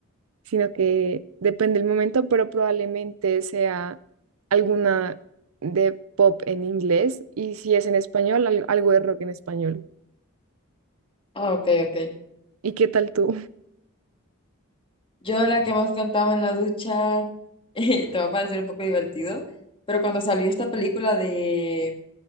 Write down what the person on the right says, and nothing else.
sino que depende el momento, pero probablemente sea alguna de pop en inglés y si es en español, al- algo de rock en español.
¿Y qué tal tú? <laughs>